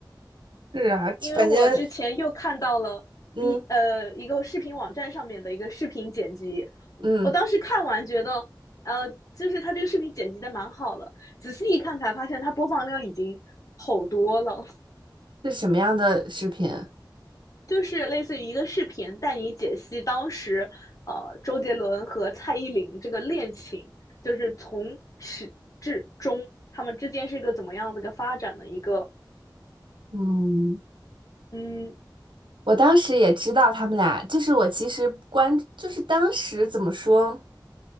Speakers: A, on the right; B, on the left.
A: 是啊，
B: 因为我之前又看到了
A: 反正。嗯
B: B 呃一个视频网站上面的一个视频剪辑，
A: 嗯。
B: 我当时看完觉得，呃，就是他这个视频剪辑的蛮好了，仔细一看才发现他播放量已经好多了，
A: 是什么样的视频？
B: 就是类似于一个视频带你解析当时呃周杰伦和蔡依林这个恋情，就是从始至终他们之间是一个怎么样的一个发展的一个，
A: 嗯，
B: 嗯
A: 我当时也知道他们俩，就是我其实关，就是当时怎么说，